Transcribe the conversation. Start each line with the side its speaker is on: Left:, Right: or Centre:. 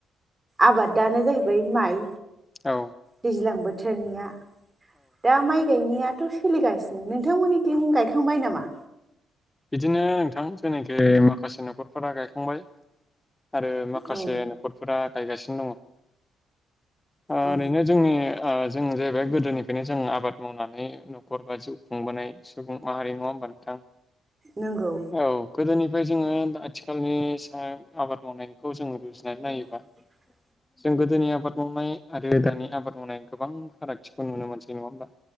Right: आबादानो जाहैबाय माइ।
Left: औ।
Right: दैज्लां बोथोरनिया दा माइ गायनायाथ' सोलिगासिनो, नोंथांमोननिथिं गायखांबाय नामा?
Left: बिदिनो नोंथां जेनाखि माखासे न'खरफोरा गायखांबाय आरो माखासे
Right: अ
Left: नखरफोरा गायगासिनो दङ
Right: अ
Left: ओरैनो जोंनि ओ जों जाहैबाय गोदोनिफ्रायनो जों आबाद मावनानै न'खर बा जिउ खुंबोनाय सुबुं माहारि नङा होमबा नोंथां?
Right: नोंगौ।
Left: औ गोदोनिफाय जोङो आथिखालनि साहा आबाद मावनायखौ जोङो रुजुनानै नायोबा
Right: <inaudible>
Left: जों गोदोनि आबाद मावनाय आरो दानि आबाद मावनाय गोबां फारागथिखौ नुनो मोनसै नङा होमबा?